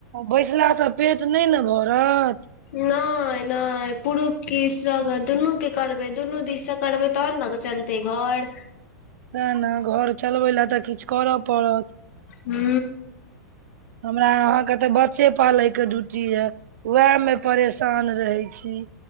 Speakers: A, on the right; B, on the left.
A: बैसला स पेट न‌इ ने भरत।
B: न‌इ न‌इ पुरुख की इस्तरगन दुनू के करबे दुनू दिश स करबे तहन ने। चलतै घर।
A: साह न घर चलबै ला तऽ किछ कर‌अ पड़त।
B: हू।
A: हमरा अहा के त बच्चे पालय के ड्यूटी या उएह मे परेशान रहै छी।